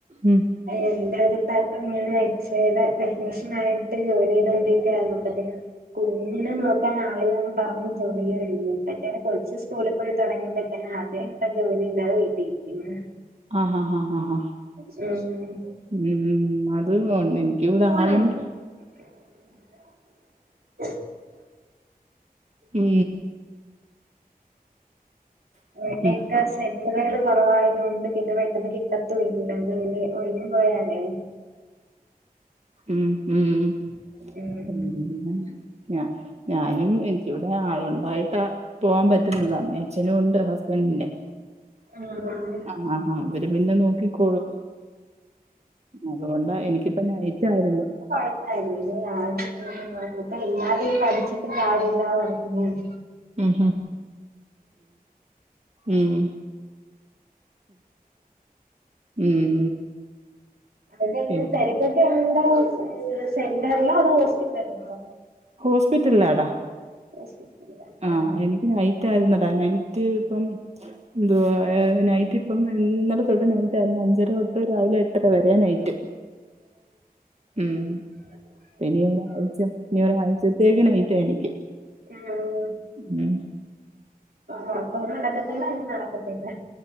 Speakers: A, on the right; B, on the right.
A: ഉം
B: എന്റെ അടുത്താർക്കും ഇങ്ങനെ എക്സയുടെ ടെക്നീഷ്യൻ ആയിട്ട് ജോലി ചെയ്തോണ്ടിരിക്കായിരുന്നു അപ്പത്തിന് കുഞ്ഞിനെ നോക്കാൻ ആളില്ലാന്നും പറഞ് ജോലി ഒഴിഞ്ഞു ഇപ്പറ്റേന് കൊർച്ച് സ്കൂള് പ്പോഴ തുടങ്ങി പറ്റാന ആദ്യ ഇപ്പ ജോലി ഇല്ലാതെ വീട്ടിരിക്കുന്നു
A: ആഹ് ആഹ് ആഹ് ആഹ്
B: <unintelligible>
A: ഉം അത് ഓൺലൈൻക്ക് വിട <unintelligible>
B: <unintelligible>
A: ഉം
B: <unintelligible>
A: ഉം.
B: <unintelligible> കുറവായത്കൊണ്ട് പിന്നെ പെട്ടെന്ന് കിട്ടത്തു ഇല്ല അത് ഒഴിഞ്ഞു പോയാലേ
A: ഉം ഉം
B: ഉം
A: പിന്നെ ഞ്ഞാ ഞാനും എനിക്കിവിടെ ആളുണ്ടായിട്ട പോവാൻ പറ്റുന്നത് അമ്മേം അച്ഛനും ഉണ്ട് ഹസ്ബൻഡിന്റെ
B: ആഹ്
A: ആ ആ അവര് പിന്നെ നോക്കിക്കോളും അതുകൊണ്ടാ എനിക്കിപ്പ നൈറ്റായിരുന്നു
B: കൊഴപ്പായില്ല ഇല്ല ആരപ്പ ഇല്ലാതെ പഠിച്ചിട്ടും കാര്യല്ലാ വക്കുന്നാണ്
A: ഉം ഉം ഉം
B: എന്തെങ്കിലും
A: പിന്നെ
B: തെര് <unintelligible> സെന്ററിലോ അതോ ഹോസ്പിറ്റലിലോ
A: ഹോസ്പിറ്റലിലാടാ
B: ഹോസ്പിറ്റലിലാ
A: ആഹ്
B: ഉം
A: എനിക്ക് നൈറ്റ് ആരുന്നടാ നൈറ്റ് ഇപ്പം എന്തുവാ ഏ നൈറ്റ് ഇപ്പം ന്നലെ തൊട്ട് നൈറ്റായിരുന്നു അഞ്ചര തൊട്ട് രാവിലെ എട്ടര വരെ നൈറ്റ് ഉം ഇനി എന്താവും ച്ചെ ഇനി ഒരാഴ്ചത്തേക്ക് നൈറ്റ എനിക്ക്
B: ആഹ്
A: ഉം
B: ഒറക്കവും നടക്കത്തില്ല <unintelligible> നടക്കത്തില്ല